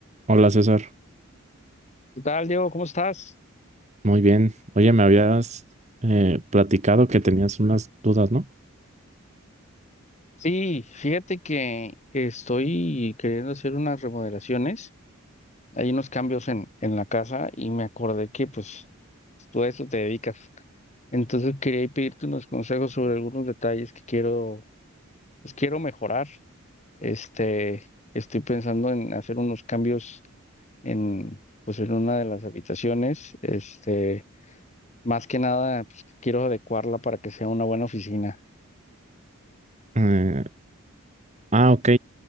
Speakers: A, on the right; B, on the left.
A: Hola César,
B: ¿Qué tal, Diego? ¿Cómo estás?
A: muy bien. Oye, me habías eh, platicado que tenías unas dudas, ¿no?
B: Sí, fíjate que estoy queriendo hacer unas remodelaciones. Hay unos cambios en, en la casa y me acordé que pues tú a eso te dedicas. Entonces quería pedirte unos consejos sobre algunos detalles que quiero, pues quiero mejorar. Este, estoy pensando en hacer unos cambios en, pues en una de las habitaciones. Este, más que nada, pues quiero adecuarla para que sea una buena oficina.
A: Eh, ah, ok.